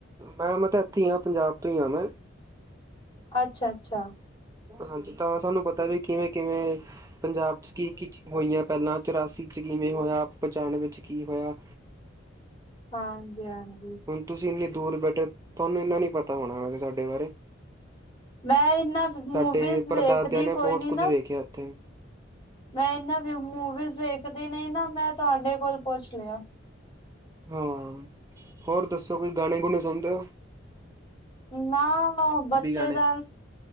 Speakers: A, on the right; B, on the left.
A: ਮੈਂ ਮੈਂ ਤਾਂ ਐਥੇ ਈ ਆਂ, ਪੰਜਾਬ ਤੋਂ ਈ ਆ ਮੈਂ
B: ਅੱਛਾ-ਅੱਛਾ।
A: ਹਾਂਜੀ, ਤਾਂ ਸਾਨੂੰ ਪਤਾ ਨੀ ਕਿਵੇਂ-ਕਿਵੇਂ ਪੰਜਾਬ 'ਚ ਕੀ-ਕੀ ਚੀ ਹੋਈਆਂ ਪੈਲਾਂ, ਚੁਰਾਸੀ 'ਚ ਕਿਵੇਂ ਹੋਇਆ, ਪਚਾਨਵੇਂ 'ਚ ਕੀ ਹੋਇਆ
B: ਹਾਂਜੀ-ਹਾਂਜੀ।
A: ਤੁਸੀ ਏਨੀਂ ਦੂਰ ਬੈਠੇ, ਤੁਆਨੂੰ ਇੰਨਾ ਨੀ ਪਤਾ ਹੋਣਾ ਵੈਸੇ ਸਾਡੇ ਬਾਰੇ।
B: ਮੈਂ ਇਹਨਾਂ ਮੂਵੀਜ਼
A: ਸਾਡੇ ਪਰਦਾਦਿਆਂ
B: ਵੇਖਦੀ
A: ਨੇ
B: ਕੋਈ
A: ਬੋਤ
B: ਨੀ
A: ਕੁੱਝ
B: ਨਾ
A: ਵੇਖਿਐ ਏੱਥੇ।
B: ਮੈਂ ਏਨਾਂ ਵੀ ਮੂਵੀਸ ਦੇਖਦੀ ਨੀ ਨਾ ਮੈਂ ਤੁਆਡੇ ਕੋਲ ਪੂਛ ਲਿਆ।
A: ਹਾਂ, ਹੋਰ ਦੱਸੋ ਕੋਈ ਗਾਣੇ- ਗੂਣੇ ਸੁਨਦੇ ਓ?
B: ਨਾ, ਬੱਚੇ
A: ਗਾਣੇ
B: ਦਾ